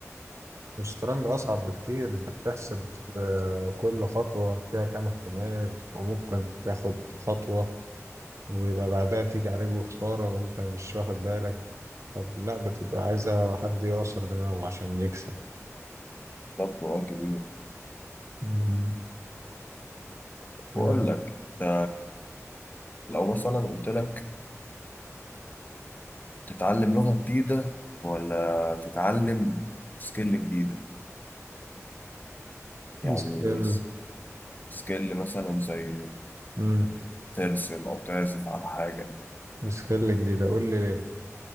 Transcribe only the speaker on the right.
الشطرنج أصعب بكتير أنت بتحسب آه، كل خطوة فيها كام احتمال وممكن تاخد خطوة ويبقى بعدها تيجي عليك بخسارة وأنت مش واخد بالك طب لا بتبقى عايزة حد يعصر دماغه عشان يكسب
مم.
آه،
مشكلة
مم.
سكيل جديدة قول لي ليه